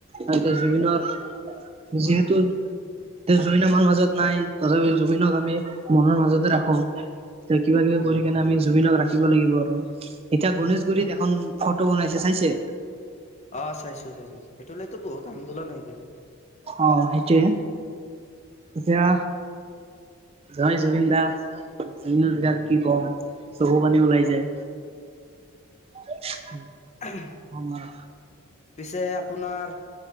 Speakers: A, on the right; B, on the left.
A: তাতে জুবিনৰ যিহেতু এতিয়া জুবিন আমাৰ মাজত নাই তথাপি জুবিনক আমি মনৰ মাজতে ৰাখো। তে কিবা কিবি
B: উম
A: কৰি কেনে আমি জুবিনক ৰাখ খিব লাগিব আৰু। এতিয়া গণেশগুৰিত এখন ফটো বনাইছে চাইছে?
B: অ চাইছো চাইছো সেইটো লৈতো বহুত আন্দোলন হৈ গে'ল।
A: অ সেইটোয়ে এতিয়া জয় জুবিন দা, জুবিন বিষয়ে
B: উম
A: আৰু কি ক'ম চকু পানী ওলাই যায়। <inaudible>
B: <inaudible>
A: অসমৰ
B: পিছে আপোনাৰ